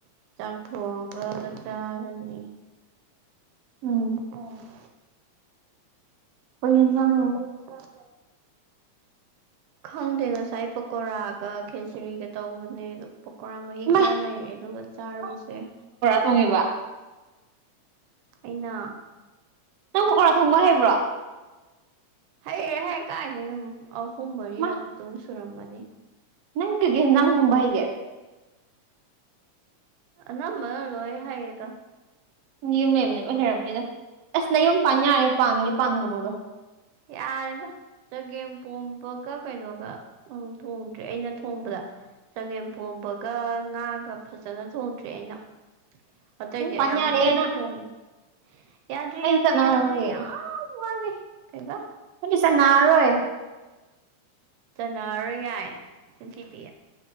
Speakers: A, on the right; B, on the right.
A: ꯆꯥꯡ ꯊꯣꯡꯉꯒ ꯆꯥꯔꯅꯤ
B: ꯎꯝ
A: ꯎꯝ
B: ꯀꯩ ꯏꯟꯖꯥꯡꯅꯣ
A: <unintelligible> ꯈꯪꯗꯦ ꯉꯁꯥꯏ ꯄꯥꯀꯣꯔꯥꯒ ꯈꯦꯆ꯭ꯔꯤꯒ ꯇꯧꯕꯅꯦ ꯑꯗꯣ ꯄꯥꯀꯣꯔꯥ ꯃꯍꯤ
B: ꯏꯃꯥꯏ
A: ꯈꯔ ꯂꯩꯔꯦ ꯑꯗꯨꯒ ꯆꯥꯔꯒꯨꯁꯦ
B: ꯊꯣꯡꯉꯦꯕ
A: ꯑꯩꯅ
B: ꯅꯪ ꯄꯥꯀꯣꯔꯥ ꯊꯣꯡꯕ ꯍꯩꯕ꯭ꯔꯣ
A: ꯍꯩꯔꯦꯍꯦ ꯀꯥꯏꯗꯩꯅꯣ ꯑꯝ ꯑꯍꯨꯝ ꯃꯔꯤꯔꯛꯇꯨꯝ
B: ꯃꯥ
A: ꯁꯨꯔꯝꯃꯅꯤ
B: ꯅꯪ ꯀꯩꯀꯩ ꯍꯤꯟꯖꯥꯡ ꯊꯣꯡꯕ ꯍꯩꯒꯦ
A: ꯑꯅꯝꯕꯅ ꯂꯣꯏ ꯍꯩꯗ
B: ꯅꯌꯨꯝ ꯂꯩꯕꯅꯤ ꯂꯣꯏ ꯍꯩꯔꯝꯅꯤꯗ ꯑꯁ ꯅꯌꯨꯝ ꯄꯥꯟ ꯌꯥꯔꯦ ꯄꯥꯟꯒꯦ ꯄꯥꯟꯒ꯭ꯔꯣꯗ
A: ꯌꯥꯔꯦꯗ ꯆꯒꯦꯝꯄꯣꯝꯕꯒ ꯀꯩꯅꯣꯒ ꯎꯝ ꯊꯣꯡꯗ꯭ꯔꯤ ꯑꯩꯅ ꯊꯣꯡꯕꯗ ꯆꯒꯦꯝꯄꯣꯝꯕꯒ ꯉꯥꯒ ꯐꯖꯅ ꯊꯣꯡꯗ꯭ꯔꯤ ꯑꯩꯅ ꯑꯇꯩꯗꯤ
B: ꯌꯨꯝ ꯄꯥꯟ
A: ꯑꯌꯥꯝꯕ
B: ꯌꯥꯔꯦ
A: ꯂꯣꯏꯟ
B: ꯅꯪ
A: ꯊꯣꯡꯉꯦ ꯌꯥꯗ꯭ꯔꯤ
B: ꯑꯩꯗꯤ
A: ꯌꯥꯗ꯭ꯔꯤ
B: ꯆꯠꯅꯔꯔꯣꯏꯌꯦ
A: ꯌꯥꯗ꯭ꯔꯤ ꯌꯥꯝ ꯋꯥꯠꯂꯤ ꯀꯩꯕ
B: ꯅꯪꯗꯤ ꯆꯟꯅꯔꯔꯣꯏ
A: ꯆꯟꯅꯔꯔꯣꯏ ꯒꯥꯏꯌꯦ ꯆꯤꯟꯊꯤꯕꯤ